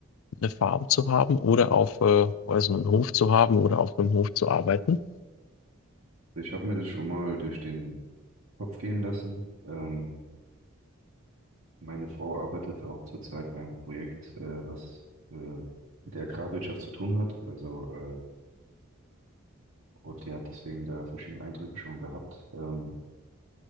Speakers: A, on the left (about 75°); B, on the right (about 75°).
A: eine Farm zu haben oder auf, äh, weiß einen Hof zu haben oder auf einem Hof zu arbeiten.
B: Ich habe mir das schon mal durch den Kopf gehen lassen. Ähm, meine Frau arbeitet auch zurzeit in einem Projekt, äh, was äh, mit der Agrarwirtschaft zu tun hat. Also, äh, und die hat deswegen da verschiedene Eindrücke schon gehabt. Ähm,